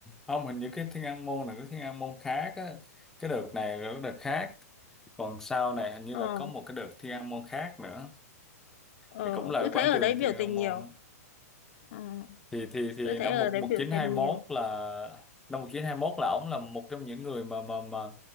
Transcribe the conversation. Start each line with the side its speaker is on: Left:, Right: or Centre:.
Centre: Không, hình như cái Thiên An Môn là cái Thiên An Môn khác á. Cái đợt này là cái đợt khác. Còn sau này hình như
Left: ờ,
Centre: là có một cái đợt Thiên An Môn khác nữa.
Left: ờ,
Centre: Thì cũng là ở
Left: tôi
Centre: quảng
Left: thấy ở
Centre: trường
Left: đấy
Centre: Thiên
Left: biểu
Centre: An
Left: tình
Centre: Môn
Left: nhiều
Centre: đó.
Left: Ờ.
Centre: Thì thì thì
Left: tôi thấy
Centre: năm
Left: ở
Centre: một
Left: đấy
Centre: một
Left: biểu
Centre: chín hai
Left: hiện
Centre: mốt
Left: nhiều
Centre: là năm một chín hai mốt là ổng là một trong những người mà mà mà